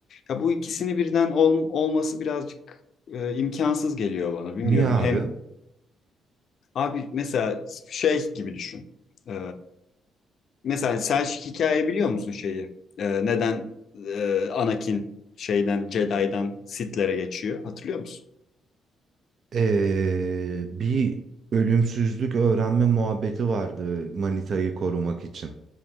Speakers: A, on the left; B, on the right.
A: Ya bu ikisini birden ol- olması birazcık e, imkansız geliyor bana. Bilmiyorum.
B: Niye abi?
A: Hem abi mesela şey gibi düşün. E, Mesela Selçuk hikaye biliyor musun şeyi? Ee, neden e, Anakin şeyden Jedi'dan Sith'lere geçiyor? Hatırlıyor musun?
B: Eee, bir ölümsüzlük öğrenme muhabbeti vardı manitayı korumak için.